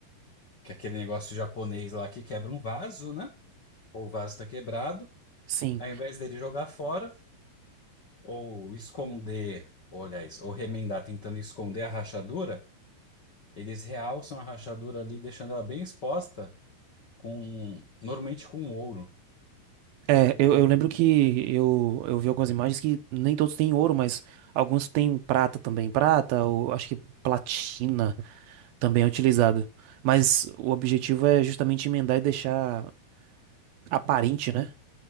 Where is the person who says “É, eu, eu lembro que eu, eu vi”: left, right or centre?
Right